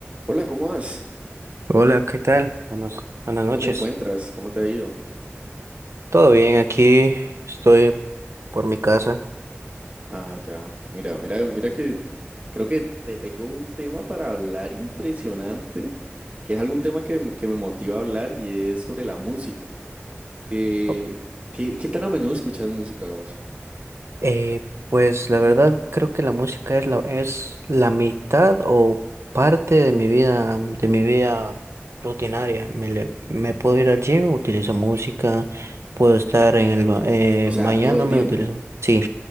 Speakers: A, on the right (about 30°); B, on the right (about 80°).
A: Hola, ¿cómo vas?
B: Hola, ¿qué tal? Buenas, buenas
A: ¿Cómo
B: noches.
A: te encuentras? ¿Cómo te ha ido?
B: ¿Todo bien? Aquí estoy por mi casa.
A: Ah, ya. Mira, mira, mira que creo que te tengo un tema para hablar impresionante, que es algún tema que, me- que me motiva a hablar y es sobre la música. ¿Qué,
B: Oh,
A: qué, qué tan a menudo escuchas música vos?
B: Eh, pues la verdad creo que la música es la, es la mitad o parte de mi vida, de mi vida rutinaria. Me, le- me puedo ir al gym, utilizo música, puedo estar en el ba- eh,
A: O sea,
B: bañándome,
A: todo el tiempo.
B: utilizo. Sí,